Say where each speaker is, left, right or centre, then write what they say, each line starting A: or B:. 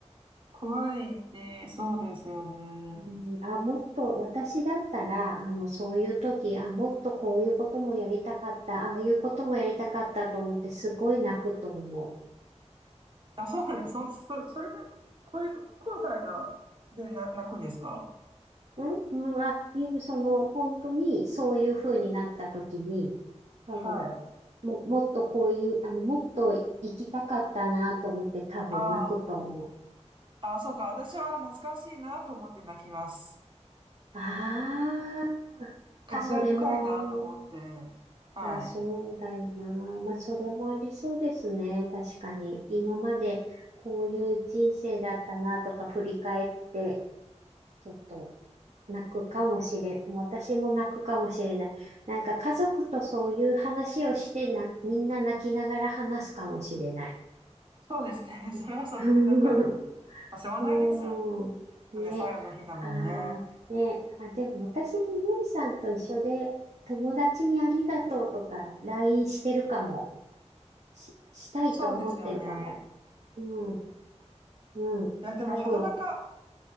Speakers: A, on the right; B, on the right.
A: 怖いし、そうですよね。
B: うん、あ、もっと、私だったら、あの、そういう時、あ、もっとこういうこともやりたかった、ああいうこともやりたかったと思って、すごい泣くと思
A: あ、そうです。
B: う。うん、
A: そ、そ、それで、こういう、後悔が、で、な、泣くんですか
B: うん、あ、いう、その、本当に、そういう風になった時に、多分、
A: はい。
B: も、もっとこういう、あの、もっと行きたかったなと思って、多分泣くと思う。
A: ああ、あ、そうか。私は懐かしいなと思って泣きます。
B: あ
A: 感慨深いなと思って。
B: あ、あ、それも、
A: はい。
B: あ、そうだよな。まあ、それもありそうですね。確かに。今までこういう人生だったなとか振り返って、ちょっと泣くかもしれん。私も泣くかもしれない。なんか家族とそういう話をしてな、みんな泣きながら話すかもしれない
A: そうですね。
B: ですね。
A: <laughs> それはそれでなんか、
B: <laughs>
A: まあ、しょうがないですよ
B: うーん。ね。
A: ね。最後の日だもんね。
B: ああ、ね。あ、でも私もゆいさんと一緒で、友達にありがとうとか、LINE してるかも。し、したいと思ってるかも。
A: そうですよね。
B: うん、うん。
A: いや、でも働か、
B: 多分、